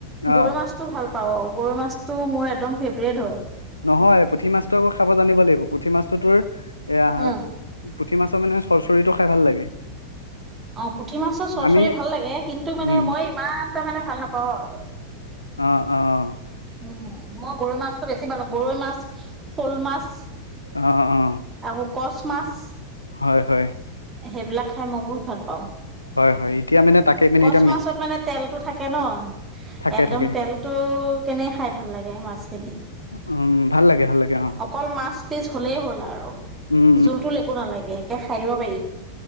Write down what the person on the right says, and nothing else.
গৰৈ মাছটো ভাল পাওঁ আৰু গৰৈ মাছটো মোৰ একদম ফেভৰেট হয়।
উম।
অ পুঠি মাছৰ চৰচৰি
ভাল লাগে কিন্তু মানে
মই ইমান টা মানে ভাল নাপাওঁ আৰু
উম। মই গৰৈ মাছটো বেছি ভালো গৰৈ মাছ শ'ল মাছ।
আকৌ কচ মাছ
সেইবিলাক খাই মই বহুত ভাল পাওঁ
কচ
মাছত মানে তেলতটো থাকে ন
একদম
তেলতটো কেনে খাই ভাল লাগে মাছখিনি।
অকল মাছ পিছ হলেই হ'ল আৰু
জোলটোল একো নালাগে। গেহকে খাই দিব পাৰি